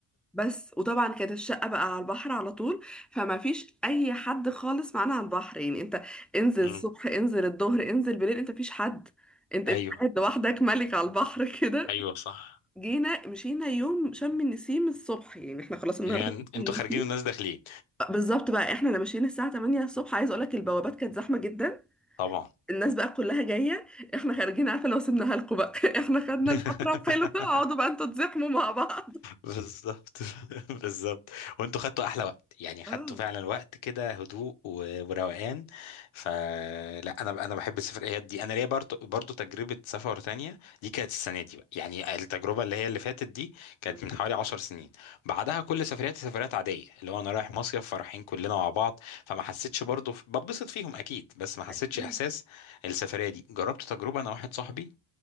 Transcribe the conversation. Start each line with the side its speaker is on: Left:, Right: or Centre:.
Centre: بس وطبعا كانت الشقة بقى على البحر على طول فما فيش أي حد خالص معانا على البحر يعني أنت انزل
Left: مم.
Centre: الصبح انزل الظهر انزل بالليل أنت مفيش حد أنت أنت
Left: ايوه
Centre: قاعد لوحدك ملك على البحر <laughs> كده
Left: ايوه صح
Centre: جينا مشينا يوم شم النسيم الصبح يعني احنا خلاص النهاردة
Left: يعني
Centre: شم
Left: انتوا
Centre: النسيم
Left: خارجين والناس داخلين
Centre: بالظبط بقى احنا ماشيين الساعة 8 الصبح عايز اقولك البوابات كانت زحمة جدا
Left: طبعا
Centre: الناس بقى كلها جاية احنا خارجين عارفة لو سيبناها لكم بقى <laughs> احنا خدنا
Left: <laughs>
Centre: الفترة الحلوة <laughs> اقعدوا بقى انتوا تزحموا مع بعض
Left: بالظبط <laughs> بالظبط وانتوا خدتوا احلى وقت يعني خدتوا
Centre: اه
Left: فعلا وقت كده هدوء و- وروقان فلا انا انا بحب السفريات دي انا ليا برضو برضو تجربه سفر تانية دي كانت السنه دي بقى يعني التجربه اللي هي اللي فاتت دي كانت
Centre: <laughs>
Left: من حوالي 10 سنين بعدها كل سفرياتي سفريات عاديه اللي هو انا رايح مصيف فرحين كلنا مع بعض فما حسيتش برضو ببسط فيهم اكيد بس ما حسيتش
Centre: اكيد
Left: احساس السفريه دي جربت تجربه انا واحد صاحبي